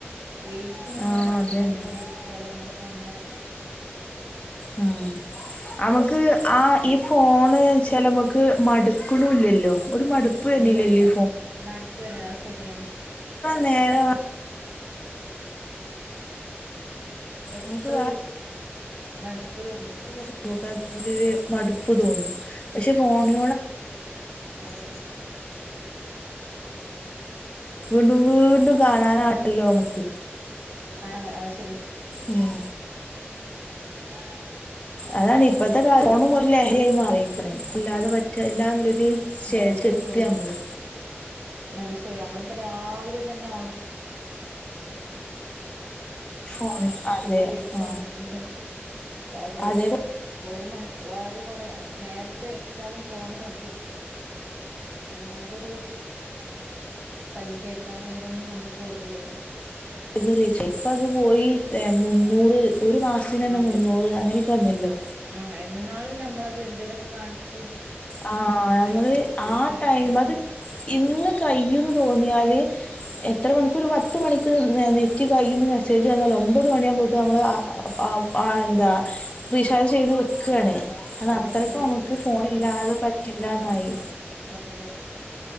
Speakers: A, on the right; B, on the left.
A: റീൽസ് ഇങ്ങനെ
B: ആഹ്
A: മാറ്റി
B: അതന്നെ
A: മാറ്റി കൊണ്ടിരിക്കുക അതണലോ ഇപ്പൊ നമ്മളെ-
B: ഉം ആ ക്ക് ആ ഈ ഫോൺ വെച്ചാൽ നമുക്ക് മടുക്ണില്ലല്ലോ ഒരു മടുപ്പ് വര്
A: ഇല്ല
B: നില്ലല്ലോ
A: ഇല്ല മടുപ്പ് വര ശരിയാണ്
B: നേരവ
A: എത്ര
B: നമുക്ക്
A: മടുപ്പ് വരുന്നില്ല
B: കുറച് പോക അതിനോടരു മടുപ്പ് തോന്നും പക്ഷെ ഫോണി
A: അത്
B: വീണ്ടും വീണ്ടുംകാണാനാണല്ലോ മുക്ക്
A: അഹ് ശരിയാ
B: ഉം
A: <unintelligible>
B: അതാണ് ഇപ്പത്തെ ക <unintelligible> ല്ലേ ലഹരിയായി മാറിക്ണ് അല്ലാതെ പറ്റ്ണ്ല്ലാന്നോരു സ്റ്റേക്ക്
A: അത് ശരിയാണ്
B: എത്തി നമ്മള്
A: അത് ശരി നമ്മളിപ്പോ രാവിലെ തന്നെ
B: ഫോണിൽ അതെ
A: പുതിയ റൈൽസ്
B: ആ
A: വന്നിട്ടുണ്ട് അതെ
B: അതേപോലെ
A: ഒരു മണിക്കൂ ആദ്യംകൊറെ നേരത്തെ വേച്ചാലും ഫോണ് നോക്കിയിരിക്ക അല്ലാതെരു പല്ല് തേക്കാനോ അതിനൊന്നും നമ്മൾ പോണില്ലല്ലോ
B: ഒന്ന് റീചായി ഇപ്പ അത് പോയി മുന്നൂറ് ഒരു മാസത്തിന് തന്നെ
A: അതെ
B: മുന്നൂറ് അങ്ങനെയൊക്കെ വന്നല്ലോ
A: ആ എന്നാലും നമ്മളത് എന്തെ ലൊക്കെ കാണിച്ച്
B: ആ
A: കയ
B: നമ്മള്
A: റീചാർജ്
B: ആ ടൈം
A: ചെയ്യും
B: അത് ഇന്ന് കഴിയുംന്ന് ന്യാല് എത്ര മണിക്കൂർ പത്ത് മണി ത്ത് നെറ്റ് കയ്യുംന്ന് മെസ്സേജ് വന്നാൽ ഒമ്പത് മണിയകുമ്പക്ക് നമ്മൾ ആ ആ എന്താ റീചാർജ് ചെയ്ത് വെക്കാണ് അത് അത്രയ്ക്ക്
A: നെറ്റ് കയറ്റും
B: നമുക്ക് ഫോൺ ഇല്ലാതെ പറ്റില്ലന്നായി
A: അതെ